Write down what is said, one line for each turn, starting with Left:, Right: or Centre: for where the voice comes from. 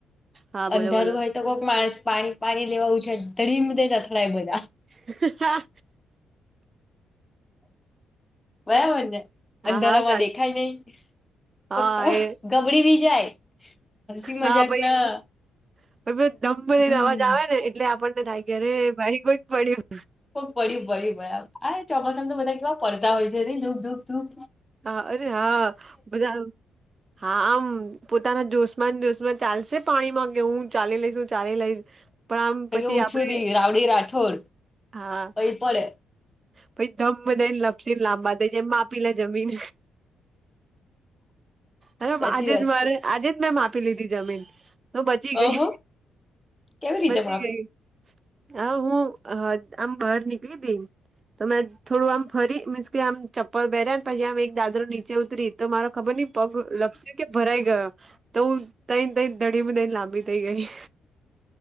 Right: હા
Left: અંધારું
Right: બોલો બોલો
Left: હોય તો કોક માણસ પાણી પાણી લેવા ઉઠે ધડીમ દેતા અથડાય બધા
Right: હ હા
Left: બરાબર ને અંધારામાં
Right: હા સાચ
Left: દેખાય નહી
Right: હા
Left: <inaudible>
Right: એ
Left: ગબડી બી જાય હસી મજાક
Right: હા ભાઈ
Left: ના
Right: <inaudible> એવુ ઘમ દઈને
Left: હમ
Right: અવાજ આવે ને એટલે આપણને થાય કે અરે ભાઈ કોઈક પડ્યું
Left: કોક પડ્યું પડિયું ભાઈ આ ચોમાસામાં તો બધા કેવા પડતા હોય છે નહી ધૂબ ધૂબ ધૂબ
Right: હા અરે હા બધા હા આમ પોતાના જોશમાન જોશમાન ચાલશે પાણીમાં કે હું ચાલી લઈશું ચાલી લઈશ પણ આમ પછી
Left: કે ઓછું
Right: આપડે
Left: દી <unintelligible>
Right: હા
Left: પહી પડે
Right: પછ ધમ બધા ને લપશે લાંબા થ જેમ માપી લે જમીન અરે
Left: સાચી
Right: આજે
Left: વાત
Right: જ મારે
Left: છે
Right: આજે જ મેં માપી લીધી જમીન બચી ગઈ,
Left: અહો કેવી રીતે
Right: બચી
Left: માપી
Right: ગઈ હા હું હ આમ બહાર નીકળી તિ તો મેં થોડું આમ ફરી મીન્સ કે આમ ચપ્પલ પહેર્યા ને પછી આમ એક દાદરો નીચે ઉતરી તો મારો ખબર નહી. પગ લપસ કે ભરાઈ ગયો તો હું ત ત દડી ન લાંબી થઈ ગઈ